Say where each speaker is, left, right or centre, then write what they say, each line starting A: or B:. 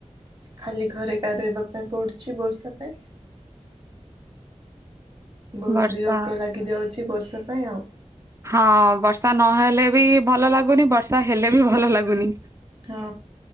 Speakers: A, on the right (about 40°); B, on the right (about 25°).
A: ଖାଲି ଘରେ କା ରଇବା ପାଇଁ ପଡୁଛି ବର୍ଷା ପାଇଁ। ବହୁତ
B: ବର୍ଷା
A: ବିରକ୍ତ ଲାଗି ଯାଉଛି ବର୍ଷା ପାଇଁ ଆଉ।
B: ହଁ ବର୍ଷା ନହେଲେ ବି ଭଲ ଲାଗୁନି ବର୍ଷା ହେଲେ ବି ଭଲ ଲାଗୁନି।
A: ହଁ